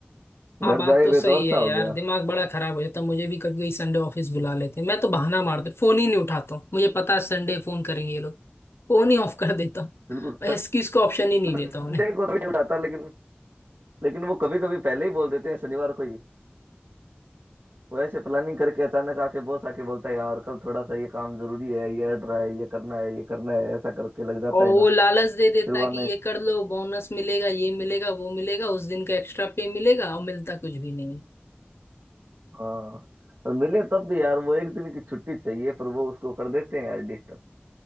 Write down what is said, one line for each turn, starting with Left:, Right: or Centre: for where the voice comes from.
Left: हाँ
Right: घर
Left: बात
Right: जाए
Left: तो
Right: हुए
Left: सही
Right: तो अरसा
Left: है यार
Right: हो गया
Left: दिमाग बड़ा खराब हो जाता मुझे भी कभी कभी संडे ऑफिस बुला लेते हैं मैं तो बहाना मारते फोन ही नहीं उठाता हूँ मुझे पता है संडे फोन करेंगे ये लोग फोन ही ऑफ कर देता हूँ
Right: बिल्कुल
Left: एक्सक्यूज का ऑप्शन ही नहीं
Right: संडे
Left: देता उन्हें
Right: को तो नहीं उठाता लेकिन लेकिन वो कभी कभी पहले ही बोल देते हैं शनिवार को ही वो ऐसे प्लानिंग करके अचानक आके बॉस आके बोलता है यार कल थोड़ा सा ये काम जरूरी है ये अड़ रहा है ये करना है ये करना है ऐसा करके लग जाता
Left: और
Right: है
Left: वो
Right: ना
Left: लालच दे देता
Right: फिर वो
Left: है
Right: आने
Left: कि ये कर लो बोनस मिलेगा ये मिलेगा वो मिलेगा उस दिन का एक्स्ट्रा पे मिलेगा और मिलता कुछ भी नहीं
Right: हाँ और मिले तब भी यार वो एक दिन की छुट्टी चाहिए पर वो उसको कर देते हैं यार डिस्टर्ब